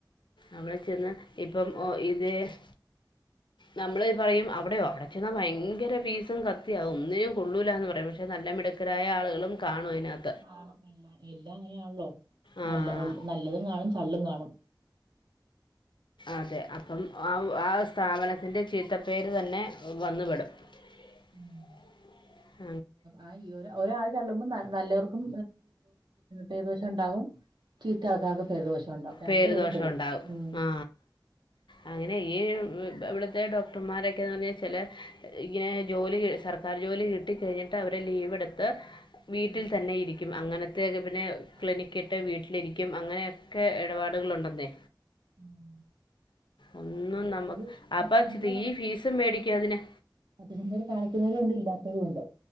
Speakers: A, on the left; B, on the right.
A: അവിടെ ചെന്ന് ഇപ്പം ഓ ഇതെ - നമ്മൾ പറയും അവിടെയോ അവിടെ ചെന്നാ ഭയങ്കര ഫീസും കത്തിയാ ഒനിന്നും- കൊള്ളൂലന്ന് പറയും, പക്ഷെ നല്ല മിടുക്കരായ ആളുകളും കാണും അതിനകത്ത്.
B: കാണും എല്ല എല്ലാം അങ്ങനെയാണല്ലോ,
A: ആഹ്
B: നല്ല നല്ലതും കാണും ചള്ളും കാണും.
A: അതെ അപ്പം ആ ആ.. സ്ഥാപനത്തിന്റെ ചീത്തപ്പേര് തന്നെ വന്നുപെടും. <inaudible>
B: ഉം ആ ഒരാൾ ചള്ളുമ്പോ നല്ലവർക്കും പേരുദോഷം ഉണ്ടാകും. ചീത്ത ആകാതെ പേരുദോഷം- ഉണ്ടാകും
A: പേര്
B: രണ്ട് പേരും
A: ദോഷം
B: പെടും
A: ഉണ്ടാകും
B: ഉം..
A: ആ അങ്ങനെ ഈ ഇവിടുത്തെ- ഡോക്ടർമാരൊക്കെന്ന് പറഞ്ഞാൽ, ചില ഇങ്ങനെ ജോലി സർക്ക- കാർ ജോലി കിട്ടി കഴിഞ്ഞിട്ട് അവര്- ലീവ് എടുത്ത്- വീട്ടിൽ
B: ഉം.
A: തന്നെ ഇരിക്കും- അങ്ങനത്തക്കെ പിന്നെ
B: അങ്ങനത്തെ
A: ക്ലിനിക്ക- ഇട്ട്
B: ആ
A: വീട്ടിലിരിക്കും അങ്ങനെ. ഒക്കെ ഇടപാടുക ഉണ്ടെന്നേ.
B: ഉം
A: ഒന്നും
B: കൊറേ
A: നമ്മക്ക്
B: പേര് സത്യസന്ധത
A: അപ്പ ഈ ഫീസും- മേടിക്ക അതിന്.
B: അതിലും വലുത്- കാണിക്കുന്നവരും ണ്ട്, ഇല്ലാത്തവരും ഉണ്ട്.